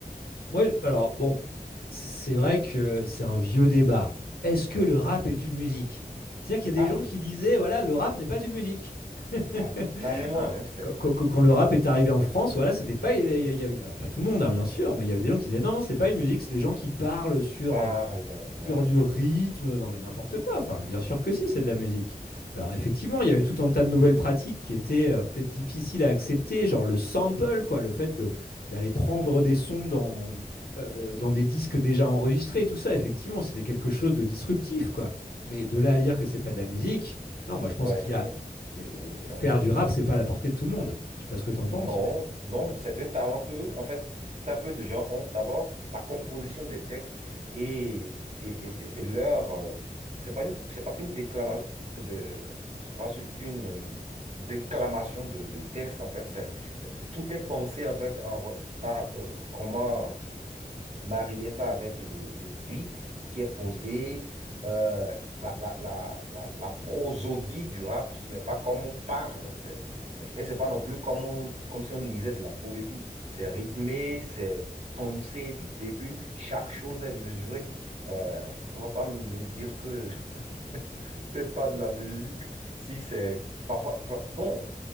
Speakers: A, on the left; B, on the right.
A: Moi, je- alors bon, c'est vrai que c'est un vieux débat. Est-ce que
B: Hum.
A: le rap est une musique? C'est-à-dire qu'il y
B: Ah,
A: a des gens qui disaient, voilà, le rap n'est pas une musique. <laughs>
B: ah, carrément,
A: Hein
B: hein, c'est
A: Quand, quand- quand- quand le rap est arrivé en France, voilà, c'était pas, il y, avait, alors pas tout le monde, hein, bien sûr, mais il y avait des gens qui disaient, non, non, c'est pas une musique, c'est des gens qui parlent sur,
B: parle,
A: euh,
B: ouais,
A: sur du rythme, non mais n'importe quoi. Enfin, bien sûr que si, c'est de la musique. Alors effectivement, il y avait tout un tas de nouvelles pratiques qui étaient euh, peut-être difficiles à accepter, genre le sample, quoi, le fait de d'aller prendre des sons dans euh, dans des disques déjà enregistrés, tout ça. Effectivement, c'était quelque chose de disruptif, quoi. Mais de là à dire que c'est pas de la musique, non, moi je pense
B: ouais,
A: qu'il
B: c'est
A: y a, il y
B: c'est insensé.
A: a- faire du rap, c'est pas à la portée de tout le monde. Je sais pas ce que tu en penses,
B: Non,
A: mais-
B: non, c'est un talent que, en fait, très peu de gens ont. D'abord, la composition des textes et, et, et- et leur. euh, c'est pas une- c'est pas qu'une déclamation de, c'est pas su- qu'une euh, déclamation de, de texte, en fait. C'est, c'est- tout est pensé, en fait, en, re- par, euh, comment marier ça avec le, le beat qui est posé,
A: ouais.
B: euh, la, la, la, la, la prosodie du rap, ce n'est pas comme on parle, c'est, c'est- et c'est pas non plus comme, on- comme si on lisait de la poésie. C'est rythmé, c'est pensé du début, chaque chose est mesurée. Euh, on va pas me dire que <laughs> c'est pas de la musique, si c'est parfois, pa- bon